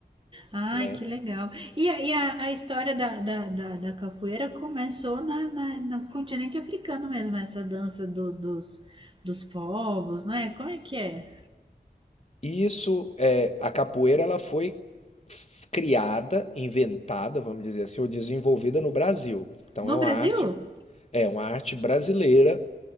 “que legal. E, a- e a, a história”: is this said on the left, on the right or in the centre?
Right